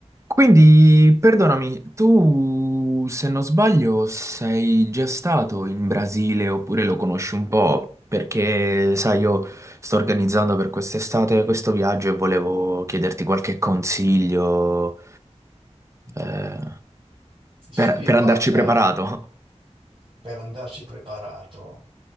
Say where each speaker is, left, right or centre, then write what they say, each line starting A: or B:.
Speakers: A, on the right; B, on the right.
A: Quindi, perdonami, tu, se non sbaglio, sei già stato in Brasile oppure lo conosci un po'? Perché, sai, io sto organizzando per quest'estate questo viaggio e volevo chiederti qualche consiglio, eh,
B: Mm. Sì,
A: per, per
B: guarda.
A: andarci preparato.
B: per andarci preparato.